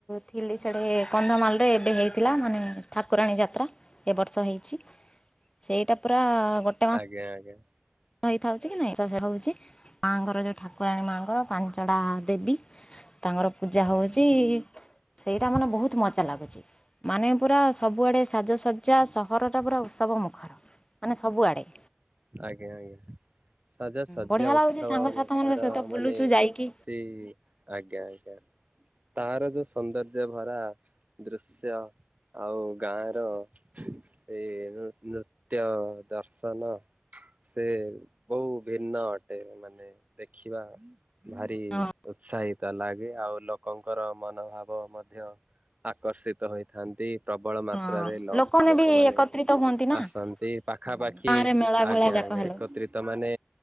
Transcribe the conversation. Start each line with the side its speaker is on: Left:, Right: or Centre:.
Left: ଥିଲି ସେଠେ କନ୍ଧମାଳରେ ଏବେ ହେଇଥିଲା ମାନେ ଠାକୁରାଣୀ ଯାତ୍ରା ଏବର୍ଷ ହେଇଛି। ସେଇଟା ପୁରା ଗୋଟେ
Right: ଆଞ ଆଞ।
Left: ହେଇ ଥାଉଛି କି ନାଇଁ ହଉଛି ମାଆଙ୍କର ଯୋଉ ଠାକୁରାଣୀ ମାଆଙ୍କର ପାଞ୍ଚଟା ଦେବୀ ତାଙ୍କର ପୂଜା ହେଉଛି। ସେଇଟା ମାନେ ବହୁତ ମଜା ଲାଗୁଛି। ମାନେ ପୁରା ସବୁଆଡ଼େ ସାଜସଜ୍ଜା ସହରଟା ପୁରା ଉତ୍ସବ ମୁଖର ମାନେ ସବୁଆଡ଼େ।
Right: ଆଜ୍ଞା ଆଜ୍ଞା ସଜ ଶଯ୍ୟା
Left: ବଢ଼ିଆ ଲାଗୁଛି
Right: ଉତ୍ସବ
Left: ସାଙ୍ଗସାଥି
Right: ମର
Left: ମାନଙ୍କ ସହିତ ବୁଲୁଛୁ
Right: ମାନେ
Left: ଯାଇକି।
Right: ସେ ଆଜ୍ଞା ଆଜ୍ଞା। ତାର ଯୋଉ ସୌନ୍ଦର୍ଯ୍ୟ ଭରା ଦୃଶ୍ୟ ଆଉ ଗାଁ ର ସେଇ ନୃତ୍ୟ ଦର୍ଶ ସେ ବହୁ ଭିନ୍ନ ଅଟେ ମାନେ ଦେଖିବା ଭାରି
Left: ହଁ
Right: ଉତ୍ସାହିତ ଲାଗେ ଆଉ ଲୋକଙ୍କର ମନୋଭାବ ମଧ୍ୟ ଆକର୍ଷିତ ହୋଇଥାନ୍ତି। ପ୍ରବଳ ମାତ୍ରାରେ
Left: ହଁ
Right: ଲୋକମାନେ
Left: ବି ଏକତ୍ରିତ ହୁଅନ୍ତି ନା।
Right: ଆସନ୍ତି ପାଖାପାଖି
Left: ହୁଁ
Right: ଆଜ୍ଞା
Left: ଗାଁରେ ମେଳା ଭେଳା ଯାକ
Right: ଆଜ୍ଞା
Left: ହେଲେ
Right: ବତ୍ରିତ ମାନେ